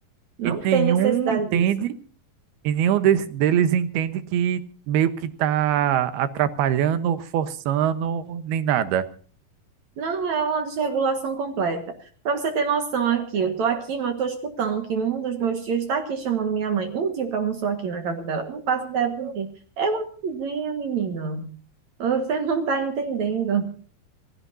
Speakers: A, on the right; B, on the right.
A: Não
B: E
A: tem
B: nenhum
A: necessidade
B: entende,
A: disso.
B: e nenhum des- deles entende que meio que tá atrapalhando, forçando, nem nada.
A: Não é uma desregulação completa. Para você ter noção aqui, eu tô aqui, mas eu tô escutando que um dos meus tios está aqui chamando minha mãe. Um tio que almoçou aqui na casa dela. Não faço ideia por quê. É uma coisinha, menino. Você não tá entendendo. <laughs>